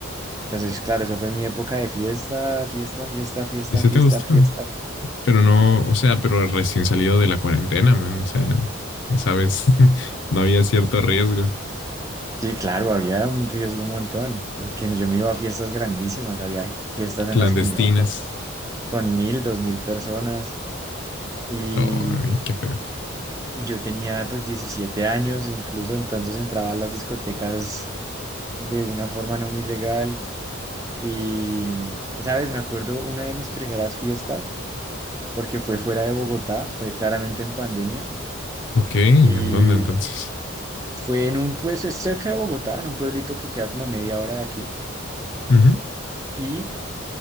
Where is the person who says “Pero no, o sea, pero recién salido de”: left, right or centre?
Left